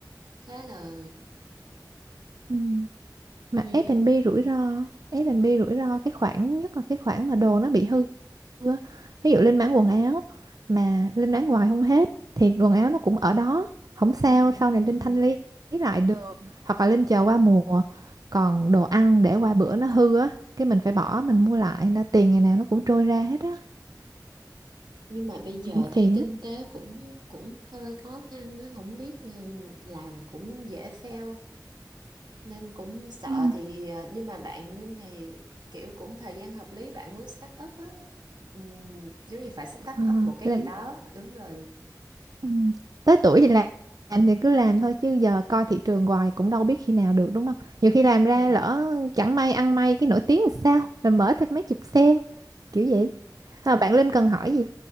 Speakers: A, on the right; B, on the right.
A: khá là
B: Ừ. Mà
A: nguy
B: F&B
A: hiểm. Ừ.
B: rủi ro, F&B rủi ro cái khoản nhất là cái khoản mà đồ nó bị hư xưa. Ví dụ Linh bán quần áo mà Linh bán hoài không hết thì quần áo nó cũng ở đó, không sao,
A: Ừ.
B: sau này Linh
A: Ừ.
B: thanh lý lại được hoặc là Linh chờ qua mùa. Còn đồ ăn để qua bữa nó hư á, cái mình phải bỏ mình mua lại, nên là tiền ngày nào nó cũng trôi ra hết á,
A: nhưng mà bây giờ
B: cũng phiền
A: thấy kinh
B: lắm.
A: tế cũng cũng hơi khó khăn á không biết ừ, làm cũng dễ fail nên cũng sợ
B: Ừ.
A: thì ờ, nhưng mà bạn Linh thì kiểu cũng thời gian hợp lý bạn muốn start up á Ừm, giống như phải start
B: Ờ,
A: up một cái
B: Linh
A: gì đó đúng rồi
B: ừ. Tới tuổi thì làm làm thì cứ làm thôi chứ giờ coi thị trường hoài cũng đâu biết khi nào được đúng không? Nhiều khi
A: đúng
B: làm
A: rồi
B: ra lỡ chẳng may ăn may cái nổi tiếng thì sao? Rồi mở thêm mấy chục xe kiểu vậy.
A: <laughs>
B: à, bạn Linh cần hỏi gì